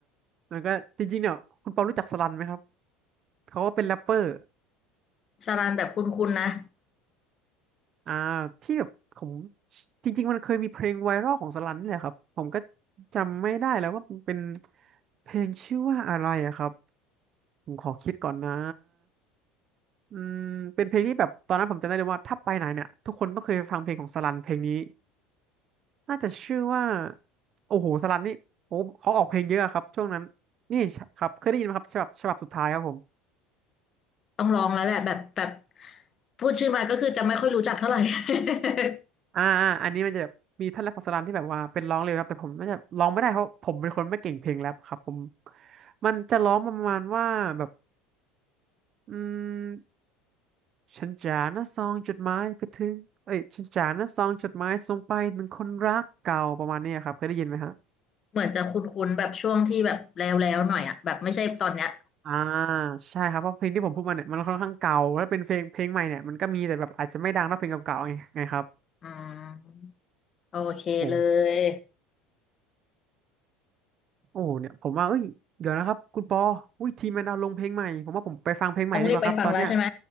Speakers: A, on the right (about 45°); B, on the left (about 40°).
A: แล้วก็จริงๆเนี่ยคุณเปารู้จักสลันไหมครับ เขาก็เป็นแรปเปอร์
B: สารันแบบคุ้นๆนะ
A: อ่าที่แบบผมจริงๆมันเคยมีเพลงไวรัลของสลันนี่แหละครับผมก็จำไม่ได้แล้วว่ามันเป็นเพลงชื่อว่าอะไรอะครับผมขอคิดก่อนนะ อืมเป็นเพลงที่แบบตอนนั้นผมจำได้เลยว่าถ้าไปไหนเนี่ยทุกคนต้องเคยฟังเพลงของสลันเพลงนี้น่าจะชื่อว่าโอ้โหสลันนี่โอ้เขาออกเพลงเยอะครับช่วงนั้นนี่ครับเคยได้ยินไหมครับฉบับฉบับสุดท้ายครับผม
B: ต้องลองแล้วแหละแบบแบบพูดชื่อมาก็คือจะไม่ค่อยรู้จักเท่าไหร่ <laughs>
A: อ่าอ่าอันนี้มันจะแบบมีท่านแรปของสลันที่แบบว่าเป็นร้องเร็วครับแต่ผมน่าจะร้องไม่ได้เพราะผมเป็นคนไม่เก่งเพลงแรปครับผมมันจะร้องประมาณว่าแบบอืมฉันจานะซองจดหมายไปถึงเอ้ยฉันจานะซองจดหมายส่งไปถึงคนรักเก่าประมาณนี้ครับเคยได้ยินไหมฮะ
B: เหมือนจะคุ้นๆแบบช่วงที่แบบแล้วแล้วหน่อยอ่ะแบบไม่ใช่ตอนเนี้ย
A: อ่าใช่ครับเพราะเพลงที่ผมพูดมาเนี่ยมันค่อนข้างเก่าแล้วเป็นเพลงเพลงใหม่เนี่ยมันก็มีแต่แบบอาจจะไม่ดังเท่าเพลงเก่าๆไงไงครับ
B: อืมโอเคเลย
A: โอ้โอ้เนี่ยผมว่าเอ้ยเดี๋ยวนะครับคุณปออุ้ยทีมแมนดาวลงเพลงใหม่ผมว่าผมไปฟังเพลงใหม่ดีกว่าครับตอนเนี้ย
B: ต้องรีบไปฟังแล้วใช่ไหม